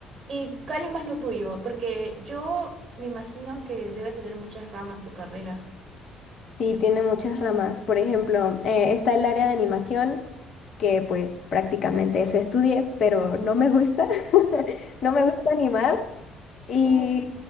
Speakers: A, on the right; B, on the left.
A: ¿Y cuál es más lo tuyo? Porque yo me imagino que debe tener muchas ramas tu carrera.
B: Sí, tiene muchas ramas. Por ejemplo, eh, está el área de animación, que pues prácticamente eso estudié, pero no me gusta. <laughs> No me gusta animar y
A: Uh.